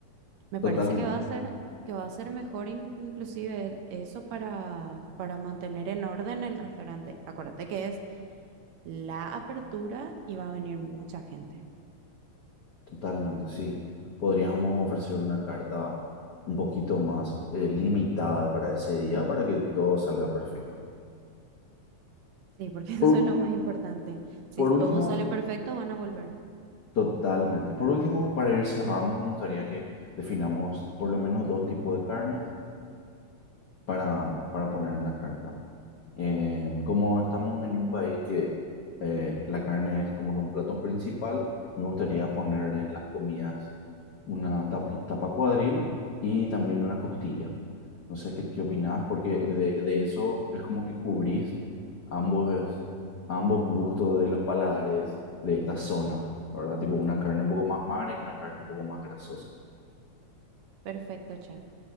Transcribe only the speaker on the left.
totalmente.
Totalmente, sí. Podríamos ofrecer una carta un poquito más eh, limitada para ese día para que todo salga perfecto.
Por,
por
último,
totalmente. Por último, para ir cerrando, me gustaría que definamos por lo menos dos tipos de carnes para, para poner en la carta. Eh, como estamos en un país que eh, la carne es como que un plato principal, me gustaría poner en las comidas una tapi- tapa cuadril y también una costilla. No sé qué, qué opinás, porque de, de eso es como que cubrís ambos, ambos gustos de los paladares de esta zona, ¿verdad? Tipo una carne un poco más magra y una carne un poco más grasosa.